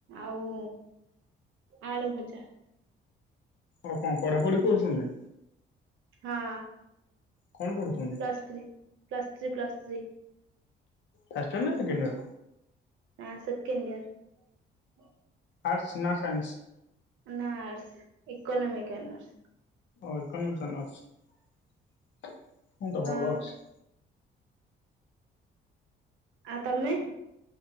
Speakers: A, on the right; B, on the left.
A: ଆଉ ଆଳୁ ଭଜା
B: ଆଉ କଣ ପଢାପଢି କରୁଛନ୍ତି?
A: ହଁ।
B: କଣ ପଢୁଛନ୍ତି
A: plus three plus three plus three
B: first year ନା? ସେକେଣ୍ଡ ଇୟର
A: ନାଁ ସେକେଣ୍ଡିଅର୍ <inaudible>
B: ଆର୍ଟ୍ସ୍ ନା ସାଇନ୍ସ?
A: ନା ଆଡ୍ସସ ଇକୋନୋମିକ୍ ଅନାର୍ଷ
B: ଓ ଇକୋନୋମିକ ଅନର୍ଷ ହୁଁ ତ
A: ହଁ
B: ଭଲ ଅଛି
A: ଆ ତମେ